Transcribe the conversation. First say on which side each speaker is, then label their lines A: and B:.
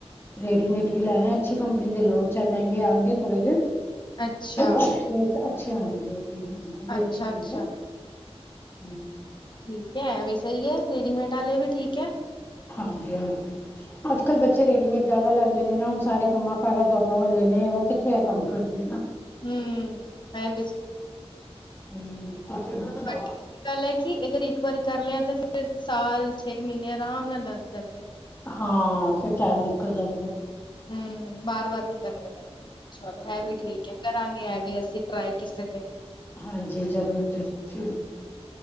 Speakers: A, on the left (about 20°); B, on the left (about 45°).
A: ਰੇਡੀਮੇਟ ਵੀ ਲੈਨੇ ਅੱਛੀ ਕੰਪਨੀ ਦੇ ਲੋ ਚਾਹੇ ਮਹਿੰਗੇ ਆਨਗੇ। ਥੋੜੇ ਜੇ, ਅਛੇ
B: ਅੱਛਾ,
A: <unintelligible> ਉਹ ਵੀ
B: ਅੱਛਾ,
A: ਅੱਛੇ ਹੁੰਦੇ
B: ਅੱਛਾ
A: ਆ ਹਮ।
B: ਠੀਕ ਹੈ ਇਹ ਵੀ ਸਹੀ ਏ ਰੇਡੀਮੇਡ ਆਲੇ ਵੀ ਠੀਕ ਹੈ।
A: ਹਾਂਜੀ ਹਾਂਜੀ ਅੱਜ ਕੱਲ੍ਹ ਬੱਚੇ ਰੇਡੀਮੇਡ ਜਿਆਦਾ ਲੈਂਦੇ ਨੇ ਨਾ ਹੁਨ ਸਾਰੇ ਕੰਮਾਂ ਕਾਰਾਂ ਜੋਬਾਂ ਵਾਲੇ। ਨੇ ਉਹ ਕਿੱਥੇ ਕੰਮ ਕਰਦੇ ਨਾ-
B: ਹਮ ਮੈਂ ਵੀ
A: ਹਮ
B: ਬਟ ਇੱਕ ਗੱਲ ਏ ਕਿ ਅਗਰ ਇੱਕ ਵਾਰੀ ਕਰ ਲਿਆ ਤੇ ਫੇਰ ਸਾਲ ਛੇ ਮੀਨੇ ਅਰਾਮ ਨਾਲ ਲਗ ਜਾਂਦੇ ਆ।
A: ਹਾਂ ਫਿਰ ਟਾਈਮ ਨਿਕਲ ਜਾਂਦੇ।
B: ਹਮ ਬਾਰ-ਬਾਰ ਨੀ ਕਰਨੇ ਪੈਂਦੇ ਚਲੋ, ਇਹ ਵੀ ਠੀਕ ਹੈ ਕਰਾਂਗੇ ਇਹ ਵੀ ਅਸੀਂ। ਟਰਾਏ ਕਿਸੇ ਤੇ
A: ਹਾਂਜੀ, ਜ਼ਰੂਰ-ਜ਼ਰੂਰ ਜੀ